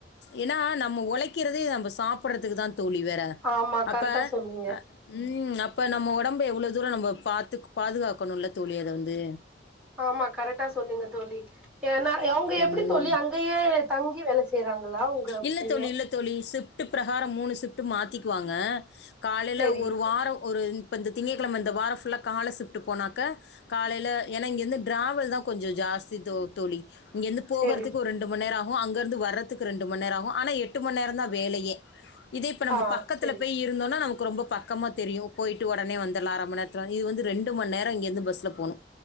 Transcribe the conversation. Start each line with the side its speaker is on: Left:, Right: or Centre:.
Left: ஏன்னா நம்ம உழைக்கிறதே நம்ம சாப்புட்றதுக்கு தான் தோழி வேற
Centre: ஆமா
Left: அப்ப
Centre: கரெக்டா சொன்னீங்க
Left: அ ம் அப் இப்ப நம்ம உடம்பு எவ்வளவு தூரோ நம்ப பாத்துக் பாதுகாக்கணுல்ல தோழி அத வந்து
Centre: ஆமா கரெக்டா சொன்னீங்க தோழி ஏன்னா ஏ அவங்க எப்புடி
Left: ம்
Centre: தோழி அங்கயே தங்கி வேல செய்யறாங்களா உங்க
Left: இல்ல
Centre: பைய
Left: தோழி இல்ல தோழி சிஃப்டுப் பிரகாரம் மூணு சிஃப்ட் மாத்திக்குவாங்க காலையில
Centre: செரி
Left: ஒரு வாரம் ஒரு ன் இப்ப இந்த திங்கக்கிழமை இந்த வாரம் ஃபுல்லா கால சிஃப்டு போனாக்க காலையில ஏன்னா இங்கிருந்து டிராவல் தா கொஞ்சம் ஜாஸ்தி தோ தோழி இங்கேருந்து போகறதுக்கு
Centre: செரி
Left: ஒரு ரெண்டு மண் நேரம் ஆ கு அங்கருந்து வற்றத் துக்கு ரெண்டு மண் நேரோ ஆகு ஆன எட்டு மண் நேரந்தா வேலையே இதே இப்ப நம்ப
Centre: ஆ
Left: பக்கத்துல
Centre: செரி
Left: போய் இருந்தோன்னா நமக்கு ரொம்ப பக் க்கமா தெரியு போய்ட்டு ஒடனே வந்துர்லா அர மண் நேரத்துல இது வந்து ரெண்டு மண் நேரோ இங்கேருந்து பஸ்ல போணு